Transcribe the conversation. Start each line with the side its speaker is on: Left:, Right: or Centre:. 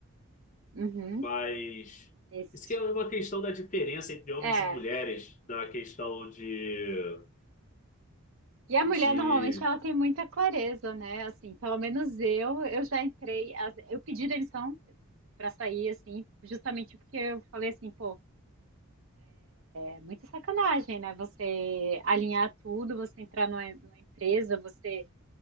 Right: Uhum.
Left: mas
Right: Isso.
Left: isso que é uma questão da diferença entre homens
Right: É.
Left: e mulheres na questão de
Right: E a mulher
Left: de
Right: normalmente ela tem muita clareza, né? Assim, pelo menos eu, eu já entrei, as- eu pedi demissão pra sair, assim, justamente porque eu falei assim, pô, é muita sacanagem, né? Você alinhar tudo, você entrar numa, numa empresa, você